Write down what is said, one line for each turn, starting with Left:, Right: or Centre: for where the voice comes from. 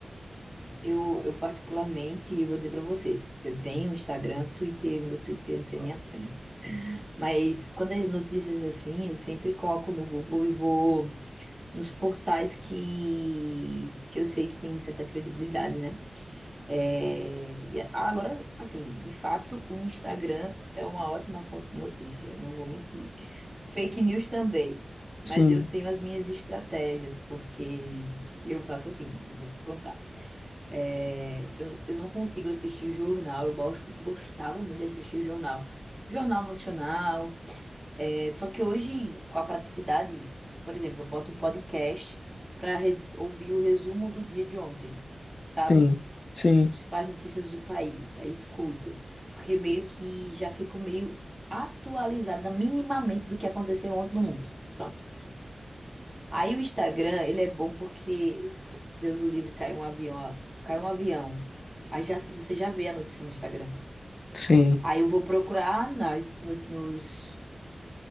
Right: Eu, eu particularmente, eu vou dizer pra você, eu tenho Instagram, Twitter, meu Twitter, não sei nem a senha. Mas quando é notícias assim, eu sempre coloco no Google e vou nos portais que, que eu sei que tem certa credibilidade, né? É, e a- agora, assim, de fato, o Instagram é uma ótima fonte de notícia, não vou mentir. Fake news também, mas
Left: Sim,
Right: eu tenho as minhas estratégias, porque eu faço assim, eu vou te contar. É, eu, eu não consigo assistir jornal, eu gosto, gostava muito de assistir jornal. Jornal Nacional, é, só que hoje, com a praticidade, por exemplo, eu boto um podcast para ouvir o resumo do dia de ontem, sabe?
Left: sim, sim,
Right: das principais notícias do país. Aí escuto, porque meio que já fico meio atualizada minimamente do que aconteceu ontem no mundo. Pronto. Aí o Instagram, ele é bom porque, pô, Deus o livre, caiu um avião, ó, caiu um avião. Aí já, se- você já vê a notícia no Instagram.
Left: sim.
Right: Aí eu vou procurar nas, no- nos,